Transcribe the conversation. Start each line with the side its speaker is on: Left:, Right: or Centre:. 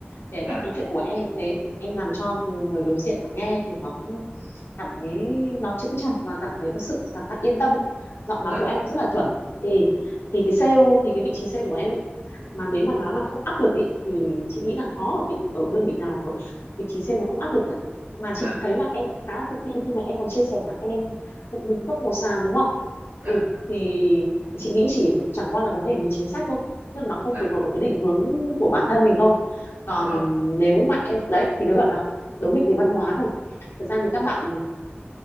Left: để
Right: dạ
Left: cách nói chuyện của em cũng thế em làm cho người đối diện mà nghe thì nó cũng cảm thấy nó chững chạc và cảm thấy cái sự cảm giác yên tâm ấy. giọng nói
Right: dạ
Left: của
Right: dạ
Left: em cũng rất là chuẩn thì thì cái sale thì cái vị trí sale của em ấy mà nếu mà nó là không áp lực ý, thì chị nghĩ là khó ở vị ở đơn vị nào mà vị trí sale nó không áp lực cả mà
Right: dạ
Left: chị thấy là em cũng khá tự tin khi mà em còn chia sẻ là em cũng đứng top một sàn đúng không
Right: dạ
Left: ừ thì, thì chị nghĩ chỉ chẳng qua là vấn đề về chính sách thôi tức là nó không
Right: dạ
Left: phù hợp với cái định hướng của bản thân mình thôi còn
Right: dạ vâng
Left: nếu mà em đấy thì nó gọi là đấu nghịch về văn hóa thôi thực ra thì các bạn